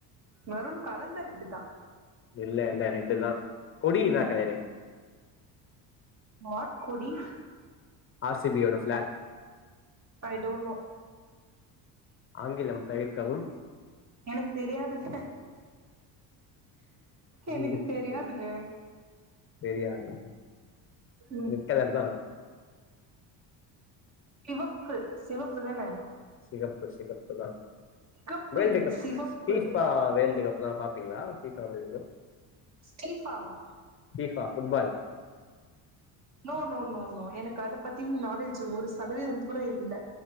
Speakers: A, on the right; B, on the left.
A: மெரூன் கலந்த ரெட்டு தா
B: இல்ல இல்ல ரெட்டுதா கொடி என்னா கலரு
A: வாட் கொடி
B: ஆர் சி பி-யோட ஃபிளாக்
A: ஐ டோன்ட் நோ
B: ஆங்கிலம் தவிர்க்கவும்
A: எனக்கு தெரியாதுங்க எனக்கு
B: ஆங்கிலம்
A: தெரியாதுங்க
B: தவிர் தெரியாதா
A: உம்
B: ரெட் கலர் தா
A: சிவப்பு சிவப்பு தானே
B: சிகப்பு சிகப்புதா
A: சிகப்பு
B: வேல்டுகப்
A: இல்ல சிவப்பு
B: ஃபி பா வேல்டு கப்புலா பாப் ப்பீங்களா ஃபி பா வேல்டுகப்
A: ஸ்டீஃபாவா
B: FIFA football
A: no no no no எனக்கு அத பத்தியும் நாலேஜ் ஒரு சதவீதோ கூட இல்ல